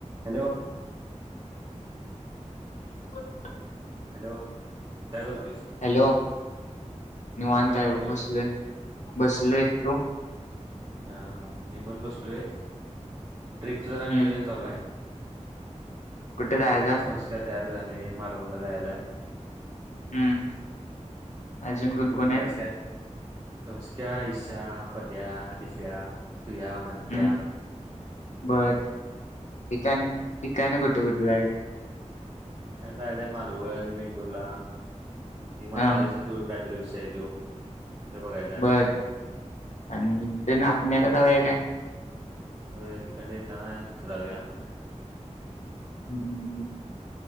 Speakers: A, on the right; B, on the left.
A: Hello
B: <inaudible>
A: hello काय करतोयस
B: hello निवांत
A: हा काय
B: आहे
A: करतोयस
B: बघ बसलोय बसलोय तू
A: हा हा मी पण बसलोय ट्रिपच जरा
B: हम्म
A: नियोजन चालू हाय
B: कुठे जायचा
A: संस्कार तयार झाले मालवणला जायला
B: हम्म अजून
A: तू
B: कोण कोण
A: येणारस
B: आहेत
A: का संस्क्या ईशा पद्या दिप्या सुया मंत्या
B: हम्म बर ठिकाण ठिकानं कुठं कुठं जायचं
A: जायचंय मालवण आणि वेंगुर्ला ही म्हाताऱ्याची
B: हा
A: चूळ का विषय हाय त्यो ते बघायचा आहे
B: बर अ आणि त्यानी आपणाला जाऊया काय
A: ओ तिकडताना येताना तिथ जाऊया
B: हम्